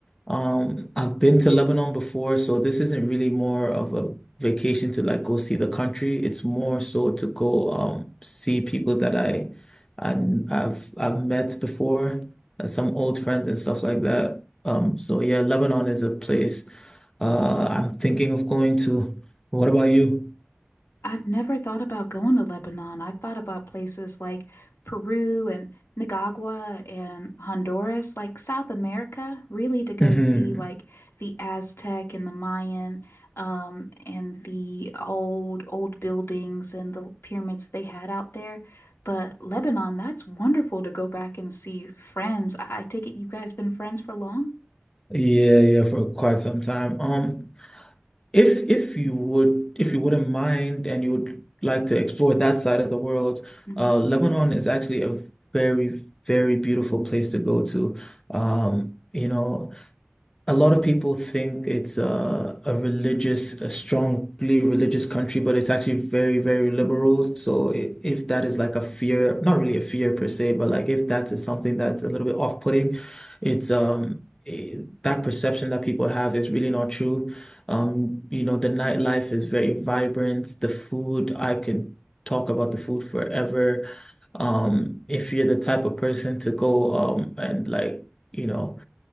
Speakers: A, on the left (about 15°); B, on the left (about 70°).
A: Um, I've been to Lebanon before, so this isn't really more of a vacation to like go see the country. It's more so to go um see people that I, I I've I've met before, uh, some old friends and stuff like that. Um, so yeah, Lebanon is a place uh I'm thinking of going to. What about you?
B: I've never thought about going to Lebanon. I've thought about places like Peru and Nicaragua and Honduras, like South America, really to go
A: Mhm.
B: see like the Aztec and the Mayan, um, and the old old buildings and the pyramids they had out there. But Lebanon, that's wonderful to go back and see friends. I, I take it you guys been friends for long?
A: Yeah, yeah, for quite some time. Um, if if you would, if you wouldn't mind, and you would like to explore that side of the world,
B: Mhm.
A: uh, Lebanon is actually a very, very beautiful place to go to. Um, you know, A lot of people think it's a, a religious, a strongly religious country, but it's actually very, very liberal. So i- if that is like a fear, not really a fear per se, but like if that is something that's a little bit off-putting, it's um i that perception that people have is really not true. Um, you know, the nightlife is very vibrant. The food, I can talk about the food forever. Um, if you're the type of person to go um and like, you know